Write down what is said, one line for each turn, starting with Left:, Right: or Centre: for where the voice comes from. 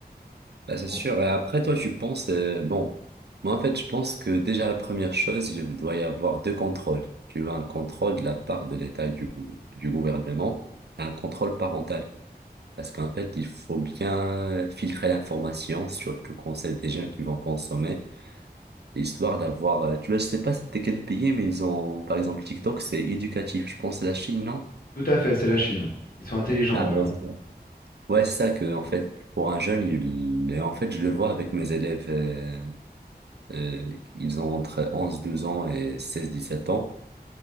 Right: Bah, c'est
Left: Donc,
Right: sûr. Et après, toi, tu penses, euh, bon, moi, en fait, je pense que déjà, la première chose, il doit y avoir deux contrôles. Tu vois, un contrôle de la part de l'État du, du gouvernement, et un contrôle parental. Parce qu'en fait, il faut bien filtrer l'information, surtout quand c'est des jeunes qui vont consommer, histoire d'avoir, euh, tu vois, je sais pas c'était quel pays, mais ils ont, par exemple, TikTok, c'est éducatif. Je pense que c'est la Chine, non?
Left: tout à fait, c'est la Chine. Ils sont intelligents,
Right: Ah, ouais,
Left: eux. hein.
Right: c'est ça. Ouais, c'est ça que, en fait, pour un jeune, il, et en fait, je le vois avec mes élèves. euh, Euh, ils ont entre onze, douze ans et seize, dix-sept ans.